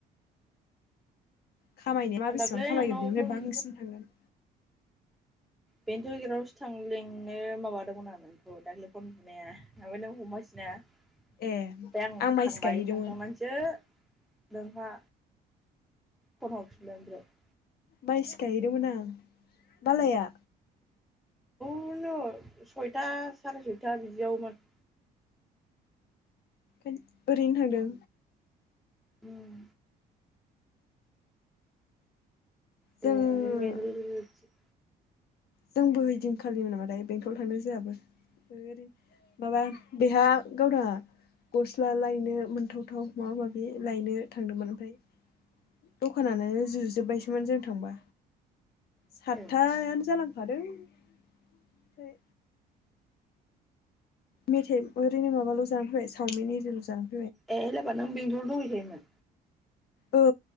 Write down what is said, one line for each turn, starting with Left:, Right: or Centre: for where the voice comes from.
Left: खामायनाया मा
Centre: आं
Left: बेसेबां
Centre: दाख्लै
Left: खामायो
Centre: नोंनाव
Left: बेनिफ्राय
Centre: फन
Left: बांसिन थांगोन ।
Centre: बेन्थ' गेरावसोथ आं लिंनो माबादोंमोन आं नोंखौ दाख्लै फन बुनाया ओमफ्राय नों हमासैना । ओमफ्राय
Left: ए
Centre: आं
Left: माइसो
Centre: थांबाय
Left: गायहैदोंमोन
Centre: थांखांनानैसो नोंहा फन हरफिनबाय ओमफ्राय ।
Left: माइसो गायहैदोंमोन आं मा लाया?
Centre: बिनो सयथा साराय सयथा बिदियावमोन ।
Left: ओरैनो थांदों
Centre: उम दे
Left: जों
Centre: ओरैनो <unintelligible>
Left: जोंबो हैैदिनखालिमोन नामाथाय बेंथल थांदों जोआबो । ओरैनो माबा बेहा गावदाङा गस्ला लायनो मोनथावथाव माबा माबि लायनो थांदोंमोन ओमफ्राय दखानानो जुजोब्बायसोमोन जों थांबा सातथायानो
Centre: ए
Left: जालां खादों ओमफ्राय मेथाइ ओरैनो माबाल' जानानै फैबाय चावमिन एरिल' जाना
Centre: ए एलाबा नों बेंथलाव दहैखायोमोन?
Left: औ